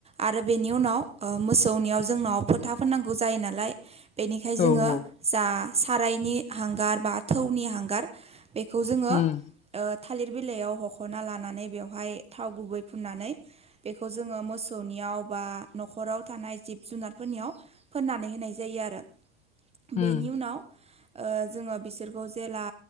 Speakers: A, on the right; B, on the left.
A: आरो बेनि उनाव ओ मोसौनियाव जोंनाव फो था फोननांगौ जायो नालाय बेनिखाय जोङो
B: औ औ
A: जा सारायनि हांगार बाथौनि हांगार बेखौ जोङो
B: उम
A: ओ थालिर बिलाइयाव हख'ना लानानै बेवहाय थाव गुबै फुननानै बेखौ जोङो मोसौनियाव बा न'खराव थानाय जिब जुनारफोरनियाव फोननानै होनाय जायो आरो।
B: उम
A: बेनि उनाव ओ जोङो बिसोरखौ जेला